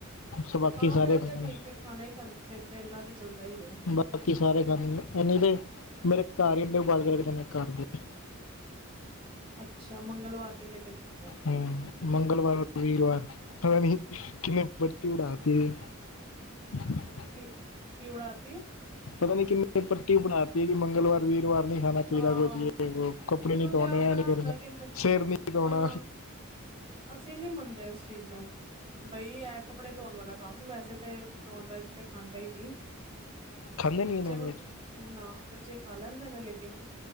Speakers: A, on the left; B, on the right.
A: ਸ ਬਾਕੀ
B: ਹਾਂ
A: ਸਾਰੇ
B: ਫੇਰ
A: ਖਾਂਦੇ
B: ਤੇ ਠੀਕ
A: ਨੇ
B: ਹੈ ਖਾਣਾ ਹੀ ਬਣਦਾ ਫਿਰ ਤੇ ਇਨਾ ਤੇ ਚੱਲਦਾ ਹੀ ਏ।
A: ਬਾਕੀ ਸਾਰੇ ਖਾਂਦੇ ਇੰਨੀ ਤੇ ਮੇਰੇ ਘਰ ਹੀ ਅੰਡੇ ਉਬਦ ਕਰਕੇ ਦਿੰਦੇ ਘਰ ਦੇ
B: ਅੱਛਾ ਮੰਗਲਵਾਰ ਨ ਲੇਗਣ ਦਿੰਦੇ।
A: ਹਮ ਮੰਗਲਵਾਰ, ਵੀਰਵਾਰ ਪਤਾ ਨੀ ਕਿੰਨੇ ਬੱਤੀ ਉਡਾਤੀ ਹੈ। <inaudible>
B: ਠੀਕ, ਕੀ ਉਡਾਤੀ?
A: ਪਤਾ ਨੀ ਕਿੰਨੇ ਪੱਟੀ ਬਣਾਤੀ ਵੀ ਮੰਗਲਵਾਰ, ਵੀਰਵਾਰ ਨਹੀਂ ਖਾਣਾ ਚਾਹੀਦਾ
B: ਹਾਂ
A: ਕੁ ਕੱਪੜੇ
B: ਮੈਨੂੰ
A: ਨੀ
B: ਤੇ
A: ਧੋਣੇ,
B: ਆਪ
A: ਐ
B: ਬੜਾ
A: ਨ ਕਰਨਾ,
B: ਹੁੰਦਾ ਕਿ ਨ-
A: ਸਿਰ ਨਹੀ ਧੋਣਾ
B: ਹਾਂ ਅਸੀਂ ਨੀ ਮੰਨਦੇ ਇਸ ਚੀਜ਼ ਨੂੰ ਬਈ ਹੈ ਕੱਪੜੇ ਧੋਣ ਵਾਲਾ ਕੰਮ ਵੈਸੇ ਤੇ ਨੋਨ ਵੈਜ ਤੇ ਖਾਂਦਾ ਹੀ ਨੀ।
A: ਖਾਂਦੇ ਨਹੀਂ
B: ਬੱਚੇ
A: ਨਾਨ ਵੈਜ
B: ਨਾ, ਬੱਚੇ ਖਾ ਲੈਂਦੇ ਨੇ ਲੇਕਿਨ